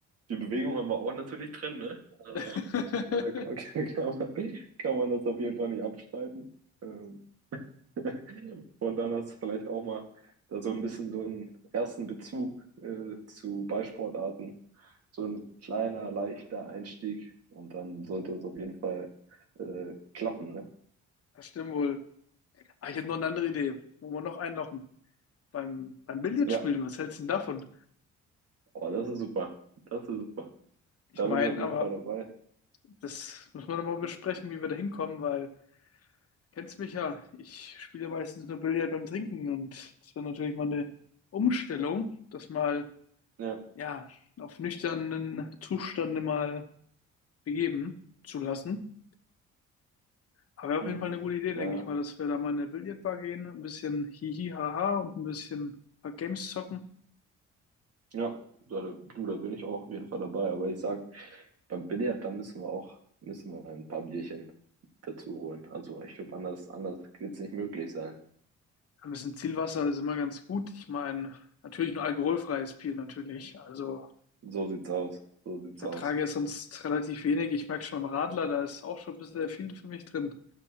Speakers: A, on the right; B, on the left.
A: die Bewegung haben wir auch natürlich drin, ne? Also
B: <laughs>
A: da kann, kann kann man, kann man das auf jeden Fall nicht abstreiten. Ähm, <laughs> und dann hast du vielleicht auch mal da so ein bisschen so einen ersten Bezug äh, zu Ballsportarten. So ein kleiner, leichter Einstieg und dann sollte es auf jeden Fall äh, klappen, ne?
B: Das stimmt wohl. Ah, ich habe noch eine andere Idee, wo wir noch einlochen. Beim, beim Billard
A: Ja,
B: spielen, was hältst du denn davon?
A: aber das ist super. Das ist super.
B: Ich
A: Da
B: meine,
A: bin ich auf jeden
B: aber
A: Fall dabei.
B: das müssen wir nochmal besprechen, wie wir da hinkommen, weil Kennst mich ja, ich spiele ja meistens nur Billard beim Trinken und das war natürlich mal eine Umstellung, das mal,
A: Ja.
B: ja, auf nüchternen Zustande mal begeben zu lassen. Aber wäre
A: Hm.
B: auf jeden Fall eine gute Idee,
A: Ja,
B: denke ich mal, dass wir da mal in eine Billardbar gehen, ein bisschen hihi haha und ein bisschen ein paar Games zocken.
A: Ja, da, du, da bin ich auch auf jeden Fall dabei. Aber ich sag, beim Billard, da müssen wir auch, müssen wir ein paar Bierchen dazu holen. Also ich glaube, anders, anders wird es nicht möglich sein.
B: Ja, Ein bisschen Zielwasser ist immer ganz gut. Ich meine, natürlich nur alkoholfreies Bier natürlich. Also
A: So sieht's aus. So sieht's
B: ich vertrage
A: aus.
B: ja sonst relativ wenig. Ich merke schon beim Radler, da ist auch schon ein bisschen der viel für mich drin.